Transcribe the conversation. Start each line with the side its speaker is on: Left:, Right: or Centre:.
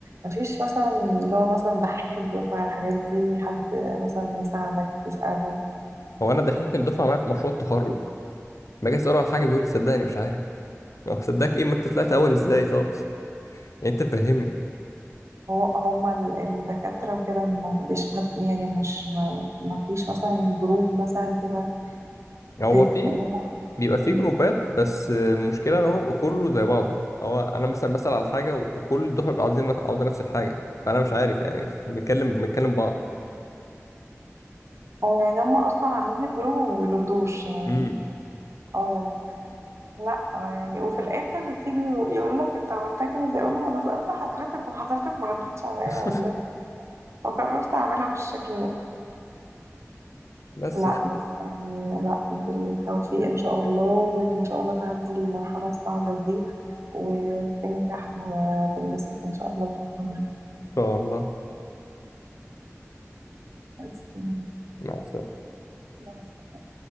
Right: مفيش مثلا اللي هو مثلا دحيح الدفعة الحاجات دي حد مثلا يساعدك تسأله
Left: هو انا دحيح الدفعه معايا في مشروع التخرج ما اجي اساله على حاجه بيقول لي صدقني مش عارف هو صدقك ايه ما انت طلعت اول ازاي طب <laughs> يعني انت فهمني
Right: هو هما ال- الدكاترة وكده ما فيش حد يعني مش ما, ما فيش مثلا جروب مثلا كده
Left: هو
Right: تتكلموا
Left: في بيبقى في
Right: مم.
Left: جروبات بس المشكله ان هو بيبقى كله زي بعضه هو انا مثلا بسال على حاجه وكل الدفعه بيبقى عاوزين عاوزه نفس الحاجه فانا مش عارف يعني <laughs> بنتكلم بنتكلم بعض
Right: اه يعني هما أصلا عاملين الجروب وما بيردوش يعني
Left: امم
Right: اه لا يعني وفي الآخر تيجي يقول لك أنت عملتها كده زي أقول له ما أنا سألت حضرتك وحضرتك ما ردتش عليا
Left: <laughs>
Right: والله فقررت أعملها بالشكل ده
Left: بس
Right: لا
Left: يعني ان
Right: بس يعني لا بالتوفيق إن شاء الله وإن شاء الله تعدي المرحلة الصعبة دي وتنجح وتنبسط إن شاء الله بالتخرج
Left: شاء الله
Right: خلاص تمام
Left: مع السلامه
Right: مع السلامة.